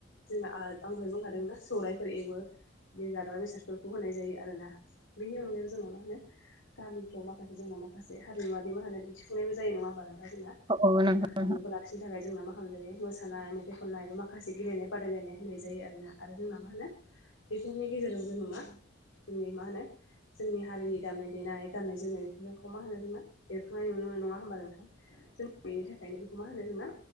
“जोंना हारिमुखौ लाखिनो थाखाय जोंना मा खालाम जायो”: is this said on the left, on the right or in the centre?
Left